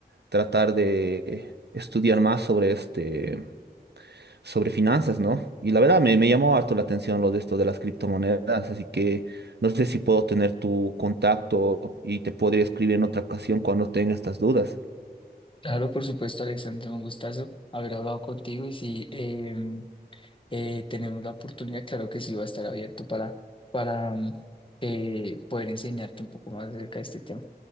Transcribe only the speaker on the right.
tratar de estudiar más sobre este, sobre finanzas, ¿no? Y la verdad me, me llamó harto la atención lo de esto de las criptomonedas, así que no sé si puedo tener tu contacto y te podría escribir en otra ocasión cuando tenga estas dudas.